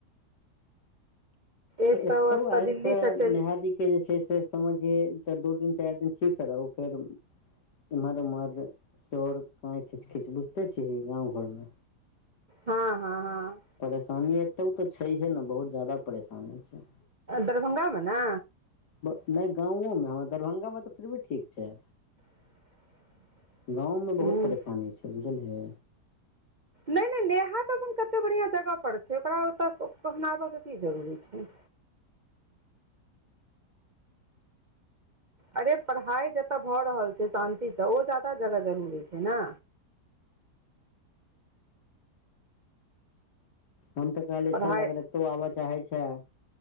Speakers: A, on the right; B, on the left.
A: एक
B: तऽ एतौ
A: ओतय
B: आइब
A: दिल्लीसँ
B: कऽ
A: चलि
B: नेहादिक के जे छै से समझि तऽ दू दिन चारि दिन ठीक से रहौ फेर इम्हर उम्हर शोर काय खिच खीच बुझते छीही गांव घर मे
A: हँ हँ हँ
B: परेशानी एतौ तऽ छैहे ने बहुत जादा परेशानी छै
A: दरभंगा मे ने
B: ब नै गाँवोमे हँ दरभंगामे तऽ फिर भी ठीक छै।
A: <inaudible>
B: गाँवमे
A: ह्म्म
B: बहुत परेशानी छै बुझलियै
A: नै नै नेहा तऽ अपन कते बढ़िआँ जगह पर छै ओकरा ओतऽ पहनाबय के की जरूरी छै अरे पढ़ाइ जतय भऽ रहल छै शान्तिसँ ओ जादा जगह जरूरी छै ने
B: हम तऽ कहलिय
A: पढ़ाइ
B: चल अगर एतौ आबऽ चाहै छाए